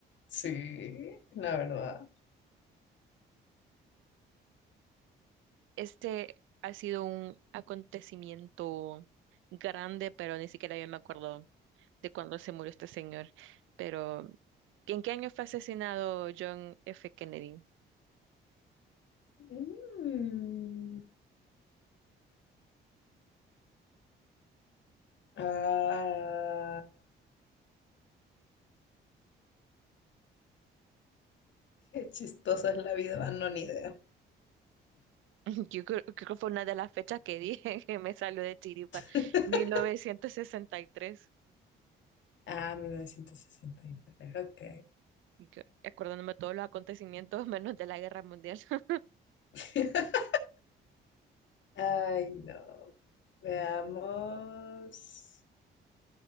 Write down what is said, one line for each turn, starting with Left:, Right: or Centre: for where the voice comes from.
Left: Sí, la verdad.
Right: Este ha sido un acontecimiento grande, pero ni siquiera yo me acuerdo de cuándo se murió este señor. Pero, ¿en qué año fue asesinado John F. Kennedy?
Left: Mm. Ah, qué chistosa es la vida, no, ni idea.
Right: <laughs> Yo creo, creo que fue una de las fechas que dije <laughs> que me salió de chiripa,
Left: <laughs>
Right: 1963.
Left: Ah, 1963, ok.
Right: Y tres. Y que- Acordándome de todos los acontecimientos, <laughs> menos de la guerra mundial. <laughs>
Left: <laughs> Ay, no. Veamos.